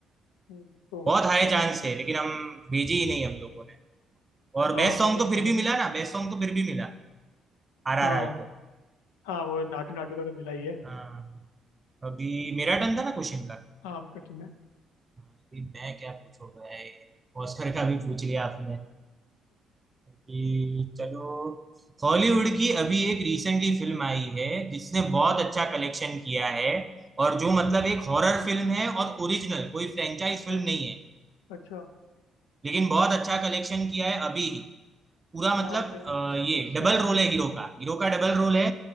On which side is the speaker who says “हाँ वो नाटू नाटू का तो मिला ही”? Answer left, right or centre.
Left